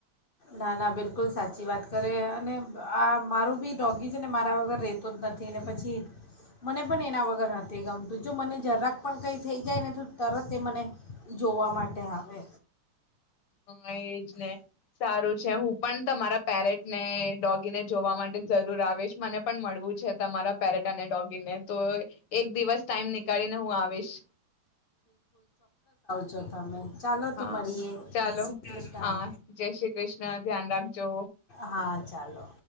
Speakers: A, on the left; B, on the left.
A: ના ના બિલકુલ સાચી વાત. કરે અને આ મારું બી ડોગી છે ને મારા વગર રહેતો જ નથી ને પછી મને પણ એના વગર નથી, ગમતું જો મને જરાક પણ કંઈ થઈ જાય ને તો તરત એ મને જોવા માટે આવે.
B: હા એજ ને સારું છે હું પણ તમારા પેરેટ ને ડોગીને જોવા માટે જરૂર આવીશ મને પણ મળવું છે તમારા પેરેટ અને ડોગીને તો એક દિવસ ટાઈમ નીકાળીને હું આવીશ.
A: ચથામે ચાલો
B: હા
A: તો મળીએ
B: ચાલો
A: જે શ્રી કૃષ્ણ
B: હા જય શ્રી કૃષ્ણ ધ્યાન રાખજો
A: હા ચાલો.